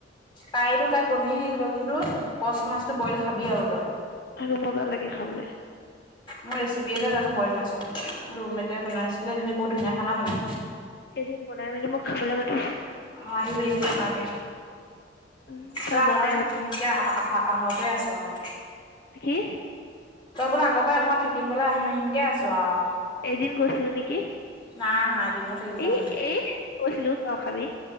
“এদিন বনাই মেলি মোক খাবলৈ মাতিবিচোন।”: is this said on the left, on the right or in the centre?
Left